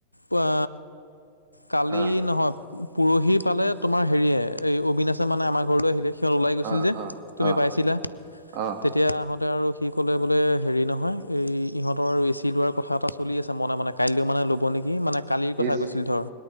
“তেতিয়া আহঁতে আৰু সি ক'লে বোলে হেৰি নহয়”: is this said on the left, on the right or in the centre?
Left